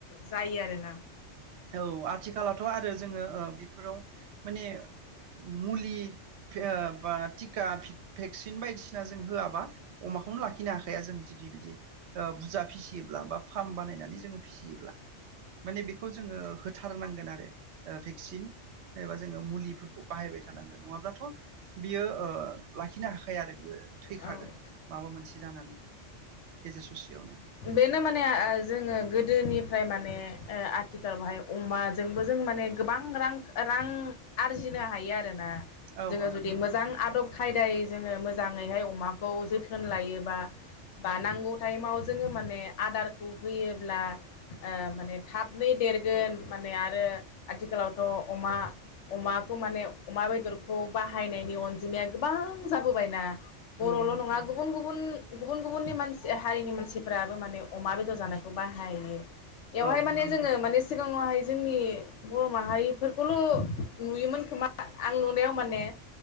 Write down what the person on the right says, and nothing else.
औ आथिखालाथ' आरो जोङो ओ बेफोराव माने मुलि बा टिका भेक्सिन बायदिसिना जों होआबा अमाखौनो लाखिनो हाखाया जों जुदि बिदि बुरजा फिसियोब्ला बा फार्म बानायनानै जोङो फिसियोब्ला माने बे खौ जोङो होथारनांगोन आरो भेक्सिन एबा जोङो मुलिफोरखौ बाहायबाय थानांगोन नङाब्लाथ' बियो ओ लाखिनो हाखाया आरो बियो। थैखागोन
माबा मोनसे जानानै गेजेर ससेयावनो
औ
औ
नंगौ
नंगौ
औ
नंगौ